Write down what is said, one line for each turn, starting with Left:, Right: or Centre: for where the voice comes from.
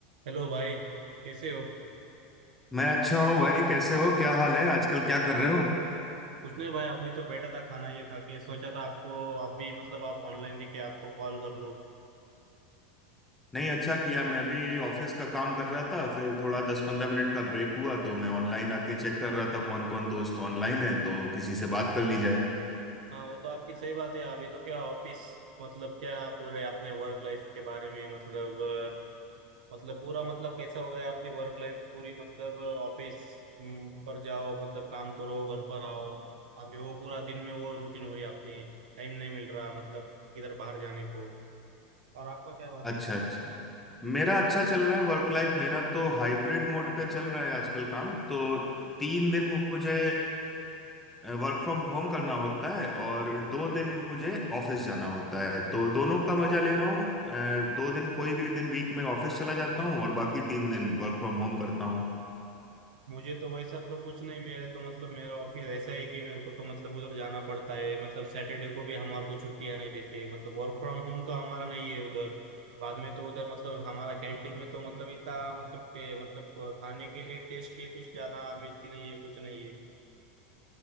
Right: हेलो भाई कैसे हो
Centre: मैं अच्छा हूँ भाई कैसे हो क्या हाल है आजकल क्या कर रहे हो
Right: कुछ नहीं भाई अभी तो बैठा था खाना ये खा के सोचा था आपको आप भी मतलब आप ऑनलाइन दिखे आपको कॉल कर लूँ
Centre: नहीं अच्छा किया मैं भी ऑफिस का काम कर रहा था फिर थोड़ा दस पंद्रह मिनट का ब्रेक हुआ तो मैं ऑनलाइन आके चेक कर रहा था कौन कौन दोस्त ऑनलाइन है तो किसी से बात कर ली जाए
Right: हाँ वो तो आपकी सही बात है अभी तो क्या ऑफिस मतलब क्या पूरे अपने वर्क लाइफ के बारे में मतलब अ, मतलब पूरा मतलब कैसा हो गया अपनी वर्क लाइफ पूरी मतलब ऑफिस पर जाओ मतलब काम करो घर पर आओ अभी वो पूरा दिन में वो रूटीन हो रही है अपनी टाइम नहीं मिल रहा मतलब किधर बाहर जाने को और आपका क्या बात
Centre: अच्छा
Right: है
Centre: अच्छा मेरा अच्छा चल रहा है वर्क लाइफ मेरा तो हाइब्रिड मोड पे चल रहा है आजकल काम तो तीन दिन मुझे वर्क फ्रॉम होम करना होता है और दो दिन मुझे ऑफिस जाना होता है तो दोनों का मजा ले रहा हूँ अ, दो दिन कोई भी दिन वीक में ऑफिस चला जाता हूँ और बाकी तीन दिन वर्क फ्रॉम होम करता हूँ
Right: मुझे तो वैसा तो कुछ नहीं मेरे तो मतलब मेरा ऑफिस ऐसा है कि मेरे को तो मतलब उधर जाना पड़ता है मतलब सैटरडे को भी हमारे को छुट्टियां नहीं देते मतलब वर्क फ्रॉम होम तो हमारा नहीं है उधर बाद में तो उधर मतलब हमारा कैंटीन में तो मतलब इतना मतलब के, मतलब खाने के लिए टेस्टी कुछ ज्यादा मिलती नहीं है कुछ नहीं है